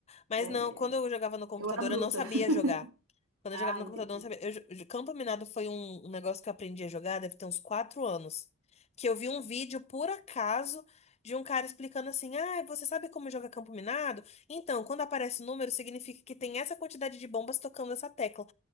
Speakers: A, on the left; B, on the right.
A: Mas
B: É,
A: não, quando eu jogava no computador,
B: eu era bruta.
A: eu não sabia
B: <laughs>
A: jogar. Quando
B: Ah,
A: eu jogava no
B: entendi.
A: computador, eu não sabia. Eu jo- jo- Campo Minado foi um, um negócio que eu aprendi a jogar, deve ter uns quatro anos. Que eu vi um vídeo, por acaso, de um cara explicando assim: Ah, você sabe como joga Campo Minado? Então, quando aparece o número, significa que tem essa quantidade de bombas tocando essa tecla.